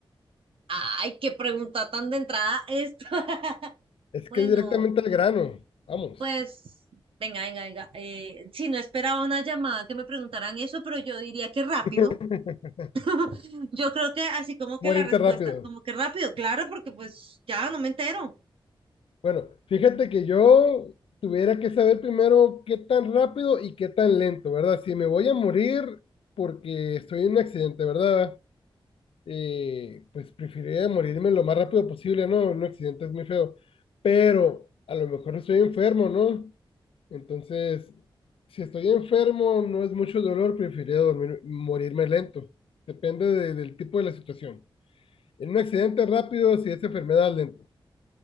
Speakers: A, on the right; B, on the left.
A: Ay, qué pregunta tan de entrada esta. <laughs>
B: Es
A: Bueno,
B: que es directamente al grano. Vamos,
A: pues, venga, venga, venga. Eh, sí, no esperaba una llamada que me preguntaran eso, pero yo diría que rápido.
B: <laughs>
A: <laughs> Yo creo que así como que
B: morirte
A: la respuesta,
B: rápido.
A: como que rápido, claro, porque pues ya no me entero.
B: Bueno, fíjate que yo tuviera que saber primero qué tan rápido y qué tan lento, ¿verdad? Si me voy a morir porque estoy en un accidente, ¿verdad? eh, pues preferiría morirme lo más rápido posible, ¿no? Un accidente es muy feo, pero a lo mejor estoy enfermo, ¿no? Entonces, si estoy enfermo, no es mucho dolor, preferiría dormir- morirme lento. Depende de- del tipo de la situación. En un accidente rápido, si es enfermedad, lento.